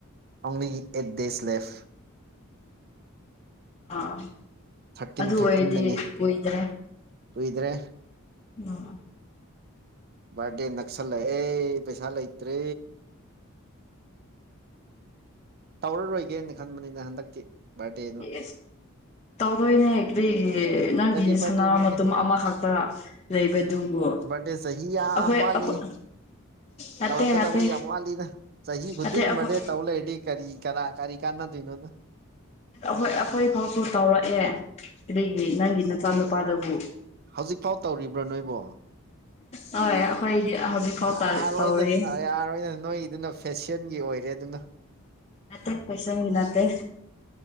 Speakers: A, on the right; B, on the left.
A: ꯑꯣꯡꯂꯤ ꯑꯩꯠ ꯗꯦꯖ ꯂꯦꯞꯐ
B: ꯑꯥ
A: ꯊꯥꯔꯇꯤꯟ
B: ꯑꯗꯨ
A: ꯊꯥꯔꯇꯤꯟꯗꯅꯤ
B: ꯑꯣꯏꯔꯗꯤ ꯀꯨꯏꯗ꯭ꯔꯦ
A: ꯀꯨꯏꯗ꯭ꯔꯦ
B: <unintelligible>
A: ꯕꯥꯔꯠꯗꯦ ꯅꯛꯁꯟꯂꯛ ꯑꯦ ꯄꯩꯁꯥ ꯂꯩꯇ꯭ꯔꯦ ꯇꯧꯔꯔꯣꯏꯒꯦꯅ ꯈꯟꯕꯅꯤꯅ ꯍꯟꯗꯛꯇꯤ ꯕꯥꯔꯗꯦ
B: ꯏꯁ ꯇꯧꯗꯣꯏꯅꯦ ꯀꯔꯤꯒꯤ ꯅꯪꯒꯤ
A: ꯀꯔꯤ ꯕꯥꯔꯗꯦꯅꯣꯅꯦ
B: ꯁꯅꯥ ꯃꯇꯨꯝ ꯑꯃꯈꯛꯇ ꯂꯩꯕꯗꯨꯕꯨ
A: ꯕꯥꯔꯗꯦ ꯆꯍꯤ ꯌꯥꯝ
B: ꯑꯩꯈꯣꯏ
A: ꯋꯥꯠꯂꯤ
B: ꯅꯠꯇꯦ
A: ꯇꯧꯔꯛꯀꯗꯕ
B: ꯅꯠꯇꯦ
A: ꯌꯥꯝ ꯋꯥꯠꯂꯤꯅ ꯆꯍꯤ ꯈꯨꯗꯤꯡ
B: ꯅꯠꯇꯦ ꯑꯩꯈꯣꯏ
A: ꯕꯔꯗꯦ ꯇꯧ ꯂꯩꯔꯗꯤ ꯀꯔꯤ ꯀꯅꯥ ꯀꯔꯤ ꯀꯥꯟꯅ ꯗꯨꯏꯅꯣꯗ
B: ꯑꯩꯈꯣꯏ ꯑꯩꯈꯣꯏ ꯐꯥꯎꯁꯨ ꯇꯥꯎꯔꯛꯑꯦ ꯀꯔꯤꯒꯤ ꯅꯪꯒꯤ ꯅꯆꯥ ꯅꯨꯄꯥꯗꯕꯨ
A: ꯍꯧꯖꯤꯛꯐꯥꯎ ꯇꯧꯔꯤꯕ꯭ꯔꯥ ꯅꯣꯏꯕꯣ
B: ꯍꯣꯏ ꯑꯩꯈꯣꯏꯗꯤ ꯍꯧꯖꯤꯛꯐꯥꯎ
A: ꯌꯥꯔꯣꯏꯗ
B: ꯇꯧꯔꯤ
A: ꯌꯥꯔꯣꯏꯅ ꯅꯣꯏꯗꯨꯅ ꯐꯦꯁꯟꯒꯤ ꯑꯣꯏꯔꯦ ꯑꯗꯨꯅ
B: ꯅꯠꯇꯦ ꯐꯦꯁꯟꯒꯤ ꯅꯠꯇꯦ